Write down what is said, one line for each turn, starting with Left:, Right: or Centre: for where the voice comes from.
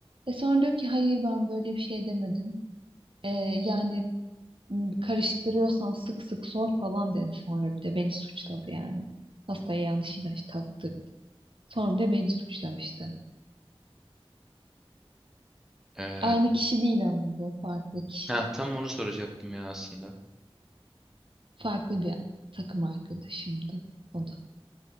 Right: E sonra diyor ki hayır ben böyle bir şey demedim. E, yani "Hmm, karıştırıyorsan sık sık sor falan dedi. Sonra bir de beni suçladı yani. Hastaya yanlış ilaç taktırdı. Sonra da beni suçlamıştı.
Centre: Ee,
Right: Aynı kişi değil ama bu farklı kişi.
Centre: ha, tam onu soracaktım ya aslında.
Right: Farklı bir takım arkadaşımdı o da.